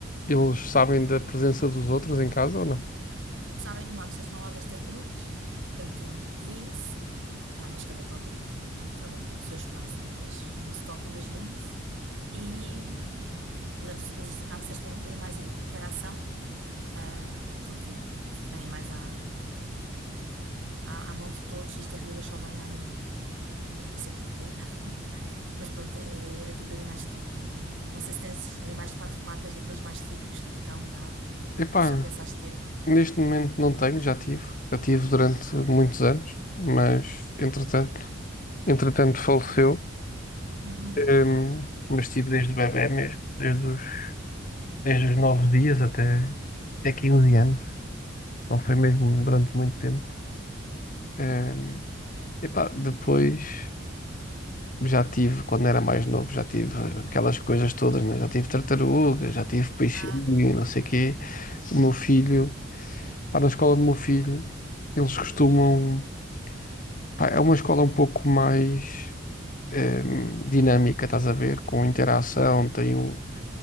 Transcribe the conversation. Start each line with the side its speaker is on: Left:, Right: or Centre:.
Left: eles sabem da presença dos outros em casa ou não?
Right: Sabem, os hamsters estão lá das tartarugas, portanto, vêm-se. Ah, mas cada qual, portanto, naturalmente estão no seu espaço, né? Mas não se tocam, mas vêm-se. E, pronto, os hamsters têm um bocadinho mais i- interação, ah, porque, pronto, vêm mais à, à, à mão de todos e as tartarugas só vêm à minha. Não sei porquê. Mas pronto, é, o tipo de animais que tenho. Não, não sei se tens animais de quatro patas, daqueles mais típicos, tipo cão, gato,
Left: Epá,
Right: ou se já pensaste ter.
Left: neste momento não tenho, já tive. Já tive durante muitos anos, mas entretanto, entretanto faleceu.
Right: Uhum.
Left: Hum, mas tive desde bebé mesmo, desde os, desde os 9 dias até, até 15 anos. Não foi mesmo durante muito tempo. Hum, epá, depois. já tive, quando era mais novo, já tive aquelas coisas todas, né? Já tive tartaruga, já tive peixinho,
Right: Ah,
Left: e não sei o quê. O meu filho, pá, na escola do meu filho, eles costumam. pá, é uma escola um pouco mais ehm, dinâmica, estás a ver? Com interação, tem um,